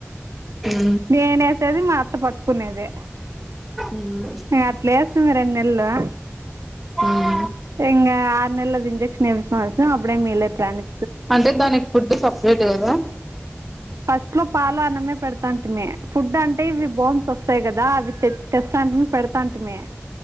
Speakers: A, in the centre; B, on the right.
A: ఉమ్
B: నేనేసిది మా అత్త పట్టుకునేదే
A: ఉమ్ ఉమ్.
B: అట్లేస్తిమి రెన్ నెల్లు
A: ఔనా
B: ఇంగా ఆర్ నెలది ఇంజెక్షన్ ఏపీస్ కోన్ వొచ్చినం అబీడే మీళ్లేే ప్లానే
A: అంటే దానక్ ఫుడ్డు సప్ రేట్ కదా
B: ఫస్ట్ లో పాలు అన్నమే పెడ్ తాంటిమి ఫుడ్ అంటే ఇవి బోన్స్ ఓస్తయి కదా అవి తెస్ తేసాంటిమి పెడ్ తాంటిమి